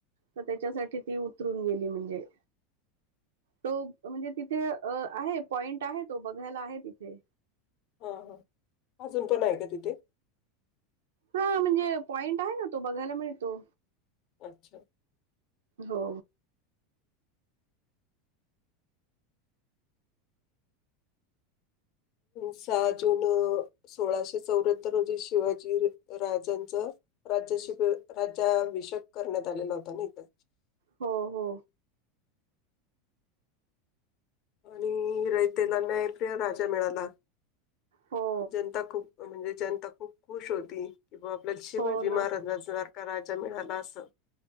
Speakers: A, on the right; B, on the left.
A: तर त्याच्यासाठी ती उतरून गेली म्हणजे
B: <inaudible>
A: तो म्हणजे तिथे आहे पॉइंट आहे तो बघायला आहे तिथे
B: हा हा अजून पण आहे का तिथे
A: हा म्हणजे पॉइंट आहे ना तो बघायला मिळतो.
B: अच्छा
A: हो
B: सहा जून सोळाशे चौऱ्याहत्तर रोजी. शिवाजी राजांच राज्याशी राज्याभिषेक करण्यात आलेला होता ना इथं.
A: हो हो
B: आणि रयतेला न्यायप्रिय राजा मिळाला
A: हो
B: जनता खूप. म्हणजे जनता खूप खुश होती की बा आपल्याला शिवाजी
A: हो
B: महाराज
A: ना
B: असणार राजा मिळाला असं!